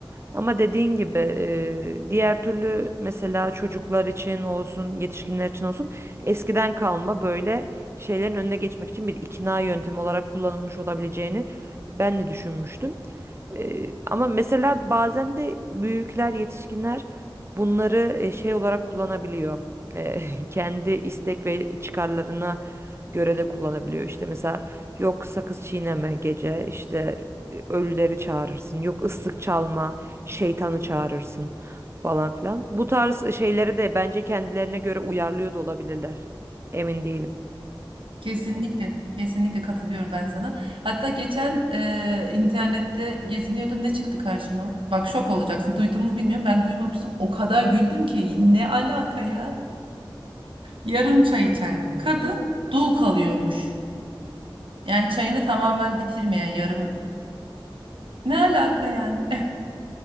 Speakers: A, on the right (about 30°); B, on the right (about 85°).
A: Ama dediğin gibi e, diğer türlü mesela çocuklar için olsun, yetişkinler için olsun eskiden kalma böyle şeylerin önüne geçmek için bir ikna yöntemi olarak kullanılmış olabileceğini ben de düşünmüştüm. Ee, ama mesela bazen de büyükler, yetişkinler bunları e, şey olarak kullanabiliyor. Ee, <laughs> kendi istek ve çıkarlarına göre de kullanabiliyor. İşte mesela yok sakız çiğneme gece, işte e, ölüleri çağırırsın, yok ıslık çalma, şeytanı çağırırsın falan filan. Bu tarz e, şeyleri de bence kendilerine göre uyarlıyor da olabilirler. Emin değilim.
B: Kesinlikle, kesinlikle katılıyorum ben sana. Hatta geçen e, internette geziniyordum ne çıktı karşıma? Bak şok olacaksın. Duydun mu bilmiyorum. Ben duymamıştım. O kadar güldüm ki ne alaka ya? Yarım çay içen kadın dul kalıyormuş. Yani çayını tamamen bitirmeyen yarım. Ne alaka yani? <laughs>